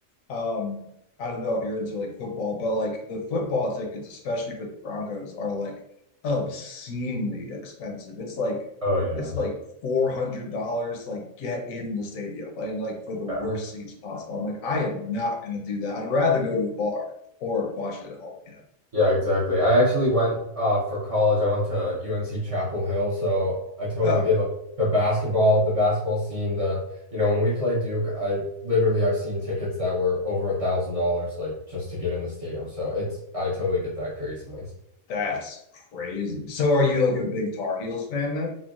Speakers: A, on the left; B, on the right.
A: um I don't know if you're into like football, but like the football tickets, especially for the Broncos, are like obscenely expensive. It's like
B: Oh yeah.
A: it's like four hundred dollars to like get in the stadium like, and like for the worst
B: Yeah,
A: seats possible. I'm like, I am not gonna do that. I'd rather go to a bar or watch it at home, you know.
B: Yeah. exactly. I actually went uh for college. I went to UNC Chapel Hill, so I totally
A: Oh,
B: get like the basketball, the basketball scene, the you know, when we play Duke, I literally I've seen tickets that were over a thousand dollars like just to get in the stadium. So it's I totally get that craziness.
A: that's crazy. So are you like a big Tar Heels fan then?